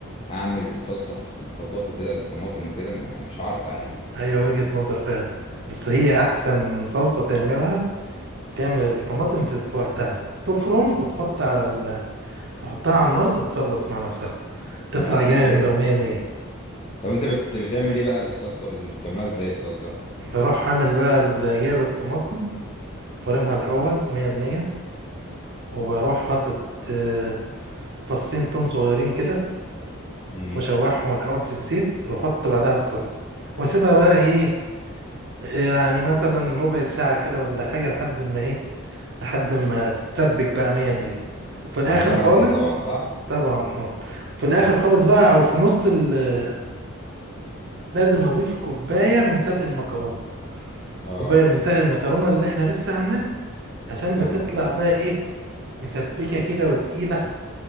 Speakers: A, on the left; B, on the right.
A: اعمل الصلصة في الخلاط وكده بطماطم وكده ما- يعني مش هعرف اتعامل
B: ايوه وجهه نظر فعلا بس هي احسن صلصه تعملها تعمل الطماطم في في وقتها تفرم وتحط على ال... تحطها على النار تتصلص مع نفسها تطلع
A: ما اكيد
B: جامده
A: يا ابني
B: ومية مية
A: طب انت بت... بتعمل ايه بقى بالصلصة دي بتعملها ازاي الصلصة
B: بروح عامل بقى ال- جايب الطماطم فارمها الأول مية المية وبروح حاطط آه، فصين توم صغيرين كده
A: امم
B: وأشوحهم الأول في الزيت وأحط بعدها الصلصة وأسيبها بقى إيه يعني مثلا ربع ساعة كده ولا حاجة لحد ما إيه لحد ما تتسبك بقى مية مية وفي الآخر
A: على نار
B: خالص
A: هادية طبعا صح
B: طبعا اه في الآخر خالص بقى أو في نص التسوية لازم أضيف كوباية من سلق المكرونة
A: اه
B: كوباية من سلق المكرونة اللي إحنا لسه عاملينها عشان
A: فاهمك
B: بتطلع
A: اه
B: بقى ايه مسبكه كده وتقيله